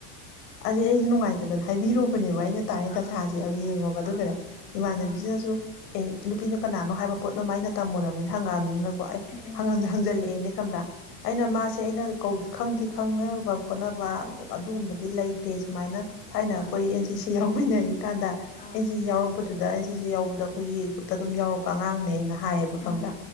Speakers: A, on the left (about 85°); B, on the left (about 15°).
A: ꯑ ꯑꯩꯁꯨ ꯅꯨꯡꯉꯥꯏꯇꯗꯅ ꯍꯥꯏꯕꯤꯔꯨꯕꯅꯦꯕ ꯑꯩꯅ ꯇꯥꯅꯤ ꯇꯁꯥꯁꯦ
B: ꯑꯥ
A: ꯑꯗꯨ ꯌꯦꯡꯉꯣꯕ ꯑꯗꯨꯒ
B: ꯑꯥ
A: ꯀꯔ ꯏꯃꯥꯟꯅꯕꯤꯁꯤꯅꯁꯨ
B: ꯑꯥ
A: ꯑꯦ ꯅꯨꯄꯤꯗꯣ ꯀꯅꯥꯅꯣ ꯍꯥꯏꯕ ꯄꯣꯠꯅꯣꯃꯩꯅ ꯇꯝꯃꯨꯔꯕꯅꯤꯅ ꯍꯪꯉꯛꯑꯕꯅꯤꯅ ꯑꯩ
B: ꯎꯝ
A: ꯍꯪꯖꯜꯂꯛꯑꯦꯅꯦ ꯈꯟꯕ꯭ꯔꯥ ꯑꯩꯅ
B: ꯎꯝ
A: ꯃꯥꯁꯦ ꯑꯩꯅꯧ ꯈꯪꯗꯤ ꯈꯪꯅꯕ ꯈꯣꯠꯅꯕ ꯑꯗꯨꯒꯨꯝꯕꯗꯤ ꯂꯩꯇꯦ ꯁꯨꯃꯥꯏꯅ ꯊꯥꯏꯅ ꯑꯩꯈꯣꯏ
B: ꯑꯥ
A: ꯑꯦꯟ ꯁꯤ ꯁꯤ ꯌꯥꯎꯃꯤꯟꯅꯔꯤ ꯀꯥꯟꯗ
B: ꯑꯥ
A: ꯑꯦꯟ ꯁꯤ ꯁꯤ ꯌꯥꯎꯔꯛꯄꯗꯨꯗ ꯑꯗ ꯑꯩꯅ ꯁꯤꯁꯦ ꯌꯥꯎꯕꯗ ꯑꯩꯈꯣꯏꯒꯤ ꯒ꯭ꯔꯨꯞꯇ ꯑꯗꯨꯝ ꯌꯥꯎꯔꯛꯄ ꯑꯉꯥꯡꯅꯦꯅ ꯍꯥꯏꯌꯦꯕ ꯈꯪꯕ꯭ꯔꯥ
B: ꯎꯝ